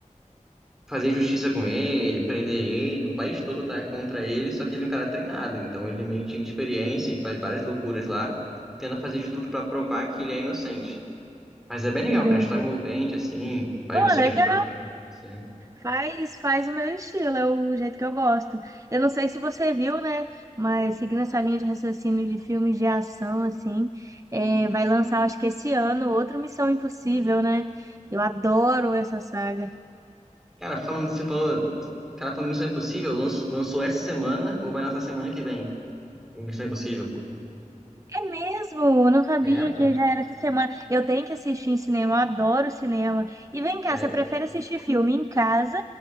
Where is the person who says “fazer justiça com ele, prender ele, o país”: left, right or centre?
Centre